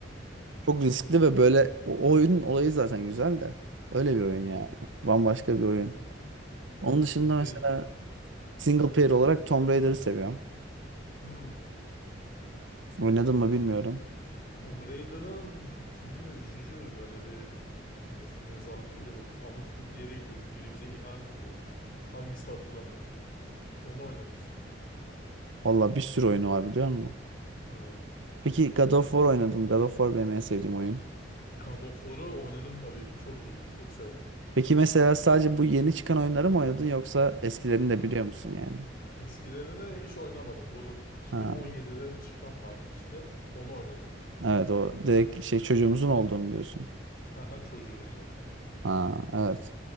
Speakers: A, on the left; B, on the right.
A: Hı hı.
B: Çok riskli ve böyle o, o oyunun olayı zaten güzel de. Öyle bir oyun
A: Hmm.
B: yani. Bambaşka bir oyun. Onun dışında
A: O
B: mesela
A: beni.
B: single
A: Aha.
B: player olarak Tomb Raider'ı seviyorum.
A: hı, Hmm.
B: Oynadım
A: Hep.
B: mı bilmiyorum.
A: Tomb Raider'ın ikinci mi üçüncü mü böyle bir mez mezarlık değil de böyle bir anıt gibi bir yere gidiyorduk. Biri bize ihanet ediyordu. Hangisi hatırlamıyorum. Onu oynamıştım.
B: Valla bir sürü
A: Ç-
B: oyunu var biliyor musun?
A: Hı,
B: Peki
A: Tomb
B: God of
A: Raider.
B: War oynadım. God of War benim en sevdiğim oyun.
A: God of War'u oynadım tabii ki. Çok iyi. Çok severim.
B: Peki mesela sadece bu yeni çıkan oyunları mı oynadın yoksa eskilerini de
A: Hı.
B: biliyor musun yani?
A: Eskilerini hiç oynamadım. Bu 2017'de
B: Ha,
A: çıkan vardı işte. Onu oynadım.
B: evet o direkt şey çocuğumuzun olduğunu diyorsun.
A: Haha, Çocuğumuzun oldu.
B: Ha, evet.